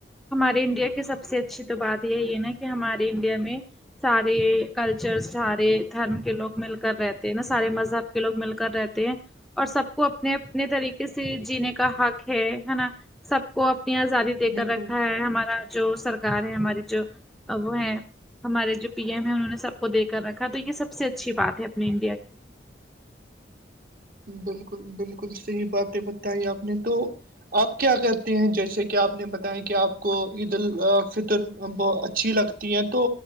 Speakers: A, in the centre; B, on the right.
A: ہمارے انڈیا کی سب سے اچھی تو بات یہ ہے نا کہ ہمارے انڈیا میں سارے کلچر سارے دھرم کے لوگ مل کر رہتے ہیں نا سارے مذہب کے لوگ مل کر رہتے ہیں اور سب کو اپنے اپنے طریقے سے جینے کا حق ہے نا سب کو اپنی آزادی دے
B: بالکل
A: کر رکھا ہے ہمارا جو سرکار ہے ہماری جو اب وہ ہے ہمارے جو پی ایم ہے انہوں نے سب کو دے کر رکھا تو یہ سب سے اچھی بات ہے اپنی انڈیا کی
B: بالکل بالکل صحیح باتیں بتائی آپ نے تو آپ کیا کرتے ہیں جیسے کہ آپ نے بتیا کہ آپ کو عید الفطر بہ اچھی لگ ہیں تو